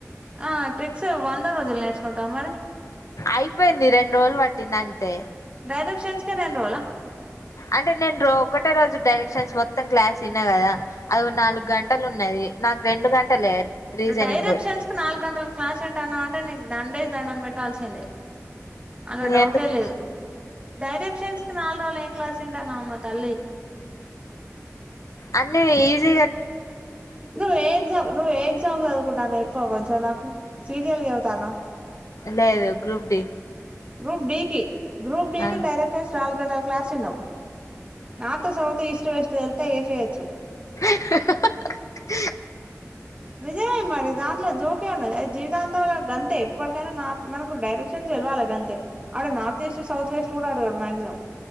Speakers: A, on the right (about 20°); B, on the left (about 75°).
A: ఆ ట్రిక్స్ వంద రోజలు నేర్చుకుంటవ్ మరి
B: అయిపెంది రెండు రోజలు పట్టింది అంతే
A: డైరెక్షన్స్ కే రెండు రోజులా
B: అంటే నేన్ రో ఒకటే రోజు డైరెక్ క్షన్స్ మొత్తం క్లాస్ ఇన్నా గదా అదొ నాలుగంటలున్యాది నాకు రెండు గంటలే. రీజనింగ్
A: డైరెక్షన్స్ కు నాలుగ్ గంటల్ క్లాస్ ఇంటాన్నవంటే నీకు దండేస్ దండం పెట్టాల్సిందే. అన్లా డౌటే
B: ఎందుకు
A: లేదు డైరెక్షన్స్ కి నాల్ రోజులు ఏం క్లాస్ ఇంటన్నావమ్మ తల్లి.
B: అన్నీ ఈజీ
A: నువ్వు ఏ ఎగ్జామ్ ఏ ఎగ్జామ్ చదువు కుంటన్నావో చెప్తావా కొంచెం నాకు సీరియల్ గా చెబుతాన్న
B: లేదు గ్రూప్ డి
A: గ్రూప్ డికి, గ్రూప్ డికి
B: ఆ
A: డైరెక్షన్స్ నాలుగంటల క్లాస్ ఇన్నావ్. నార్త్ సౌత్ ఈస్ట్ వెస్ట్ తెలితే ఏసేయ్యొచ్చు
B: హా హా
A: నిజమే మరి దాంట్లో జోక్ ఏం ఉన్నది అది జీవితాంతం, ఇగ గంతే ఎప్పడికైనా నార్త్ మనకు డైరెక్షన్స్ తెల్వాలే గంతే. ఆడ నార్త్ ఈస్ట్ సౌత్ వెస్ట్ కూడా అడగడు మాక్సిమమ్